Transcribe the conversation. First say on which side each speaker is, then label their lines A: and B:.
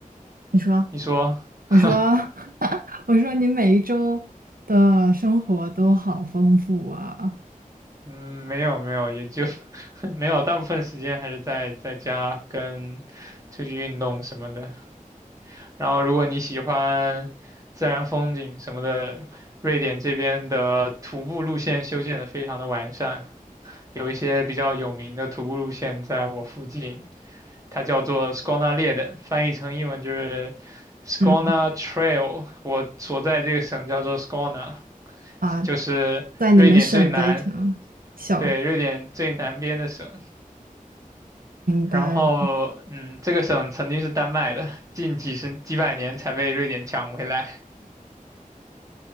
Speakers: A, on the right; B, on the right.
A: 你说，
B: 你说，<laughs>
A: 我说，<laughs> 我说你每一周的生活都好丰富啊
B: 嗯，没有没有，也就 <laughs> 没有，大部分时间还是在在家跟出去运动什么的。然后，如果你喜欢自然风景什么的，瑞典这边的徒步路线修建的非常的完善，有一些比较有名的徒步路线在我附近，它叫做 Skonaleden，翻译成英文就是 Skåne
A: 嗯，
B: Trail。我所在这个省叫做 Skåne，
A: 啊，
B: 就是瑞典最南，
A: 在你们省的一条小，
B: 对，瑞典最南边的省。
A: 明白了，
B: 然后，嗯，这个省曾经是丹麦的，近几十几百年才被瑞典抢回来。